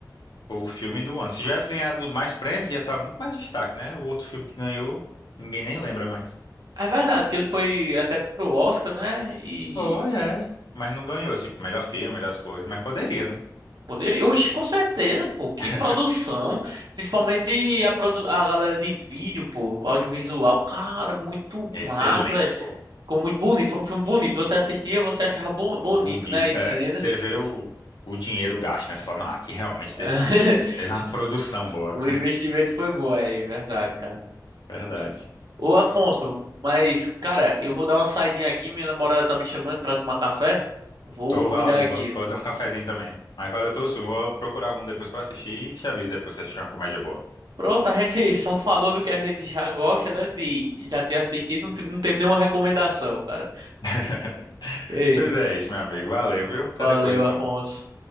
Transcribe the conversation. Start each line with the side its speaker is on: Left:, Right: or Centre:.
Left: Foi o filme do ano. Se tivesse ganhado mais prêmios, ia estar muito mais destaque, né? O outro filme que ganhou, ninguém nem lembra mais.
Right: É verdade que ele foi até pro Oscar, né? E
Left: Foi, é. Mas não ganhou, assim, melhor filme, melhores coisas. Mas poderia, né?
Right: poderia. Oxe, com certeza, pô. Que
Left: <laughs>
Right: produção. Principalmente a, produ... a galera de vídeo, pô. Audiovisual. Cara, muito
Left: Excelente,
Right: massa, velho.
Left: pô.
Right: Ficou muito bonito. Foi um filme bonito. Você assistia, você achava bo- bonito,
Left: Bonito.
Right: né? As
Left: É.
Right: cenas.
Left: Você vê o, o dinheiro gasto, né? Você fala, não, aqui realmente
Right: <laughs>
Left: teve uma, teve uma produção boa.
Right: O investimento foi bom aí, verdade, cara.
Left: <laughs> Verdade.
Right: Ô, Afonso, mas, cara, eu vou dar uma saidinha aqui. Minha namorada tá me chamando pra tomar café. Vou
Left: Tô,
Right: cuidar
Left: vai lá, amigo.
Right: aqui.
Left: Vou fazer um cafezinho também. Mas valeu pelo filme. Vou procurar algum depois pra assistir e te aviso depois se assistir uma comédia boa.
Right: Pronto, a gente <laughs> só falou do que a gente já gosta, né? De já ter assistido, não te- não teve nenhuma recomendação, cara.
Left: <laughs>
Right: Ei,
Left: Pois é isso, meu amigo. Valeu, viu? Até
Right: valeu,
Left: depois, então.
Right: Afonso.